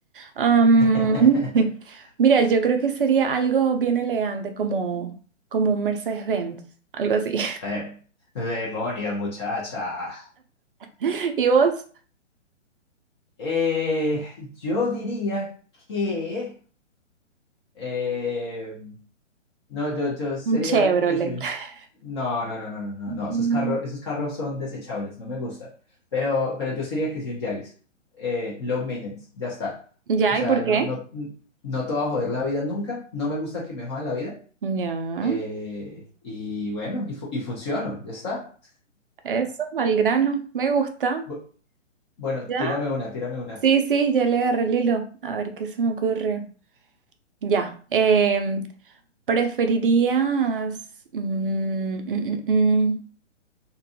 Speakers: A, on the right; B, on the left.
A: Am,
B: <laughs>
A: <laughs> mira, yo creo que sería algo bien elegante, como, como un Mercedes-Benz, algo así.
B: Eh, demonio, muchacha.
A: <laughs> ¿Y vos?
B: Eh, yo diría que... Eh, no, yo, yo sería
A: Un Chevrolet.
B: que si un...
A: <laughs>
B: No, no, no, no, no, no,
A: Mm.
B: no. Esos carros, esos carros son desechables, no me gusta. Pero, pero yo sería que si un Yaris. Eh, low maintenance, ya está.
A: Ya,
B: O sea,
A: ¿y por
B: no,
A: qué?
B: no, no te va a joder la vida nunca. No me gusta que me jodan la vida.
A: Ya,
B: Eh, y bueno, y, fu- y funciono, ya está.
A: eso, al grano, me gusta.
B: Bu- bueno,
A: Ya,
B: tírame una, tírame una.
A: sí, sí, ya le agarré el hilo, a ver qué se me ocurre. Ya, em, ¿Preferirías, mm, mm, mm, mm,